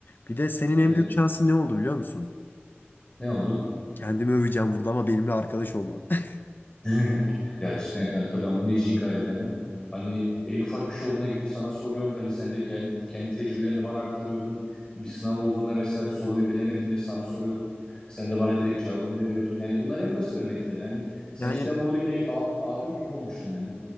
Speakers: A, on the left; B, on the left.
A: Bir de senin
B: Evet.
A: en büyük şansın ne oldu biliyor musun?
B: Ne oldu?
A: Kendimi öveceğim burada ama benimle arkadaş olman. <laughs>
B: <laughs> Ya cidden kanka ben bunu hiç inkar edemem. Hani en ufak bir şey olduğuna gidip sana soruyorum. Hani sen de kendi, kendi tecrübelerini bana aktarıyordun. Bir sınav olduğunda mesela bir soruyu bilemediğimde sana soruyordum. Sen de bana direkt cevabını veriyordun. Yani bunlar en basit örnekleri. Hani sen
A: Yani
B: cidden buradaki a- abim gibi olmuştun benim.